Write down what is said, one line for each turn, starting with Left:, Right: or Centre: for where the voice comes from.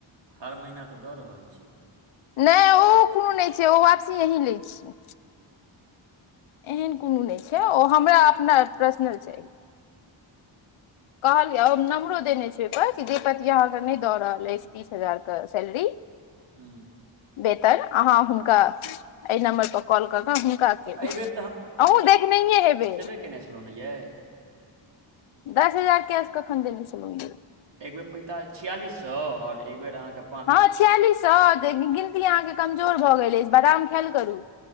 Right: हर महीना तऽ दऽ रहल छी।
Left: नहि, ओ कोनो नहि छै, ओ वापसी अहिँ लै छ। एहन कोनो नहि छै, ओ हमरा अपना पर्सनल छै। कहलियै, ओहि नम्बरो देने छै, ओहिपर कि देहपति अहाँकेँ नहि दऽ रहल अछि? तीस हजार क सैलरी
Right: हू
Left: बेहतर, अहाँ हुनका एहि नम्बर पर कॉल कऽ कऽ हुनका के
Right: तऽ
Left: अहूँ
Right: एहिबेर
Left: देखने हेबै।
Right: केने छलहुँ हँ यै?
Left: दस हजार कैश कखन देने छलहुँ यै?
Right: एक बेर पाँच हजार चारि सए आओर एक बेर अहाँकेँ।
Left: हँ, छियालीस सए तऽ गिनती अहाँके कमजोर भऽ गेल अछि, बादाम खायल करू।